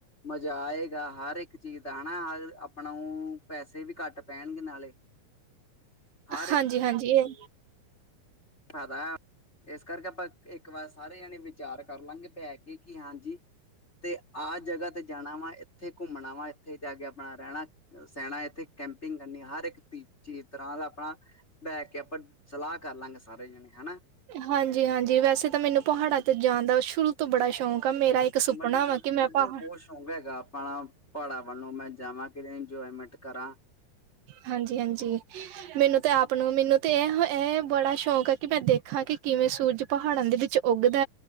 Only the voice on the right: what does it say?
ਹਾਂਜੀ-ਹਾਂਜੀ ਇਹ
ਹਾਂਜੀ-ਹਾਂਜੀ ਵੈਸੇ ਤਾਂ ਮੈਨੂੰ ਪਹਾੜਾਂ ਤੇ ਜਾਣ ਦਾ ਸ਼ੁਰੂ ਤੋਂ ਬੜਾ ਸ਼ੌਕ ਆ ਮੇਰਾ ਇੱਕ ਸੁਪਨਾ
ਵਾ ਕਿ ਮੈਂ
ਪਹਾ
ਹਾਂਜੀ-ਹਾਂਜੀ, ਮੈਨੂੰ ਤੇ ਆਪ ਨੂੰ ਮੈਨੂੰ ਤੇ ਇਹ ਇਹ ਬੜਾ ਸ਼ੌਕ ਹੈ ਕਿ ਮੈਂ ਦੇਖਾਂ ਕਿ ਕਿਵੇਂ ਸੂਰਜ ਪਹਾੜਾਂ ਦੇ ਵਿੱਚ ਉੱਗਦਾ